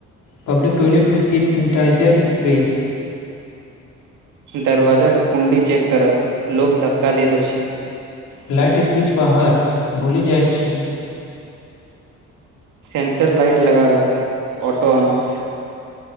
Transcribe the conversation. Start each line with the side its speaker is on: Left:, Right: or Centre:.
Left: पब्लिक टॉलटमे सीट सनेटाइजर स्प्रे।
Right: दरवाजाे कुण्डी चेक करय लोकोग धक्का दैत अछि
Left: लाइट स्विच बाहर भूलि जाइत छी
Right: सन्सर लाइट लग लऑटो ऑन ऑफ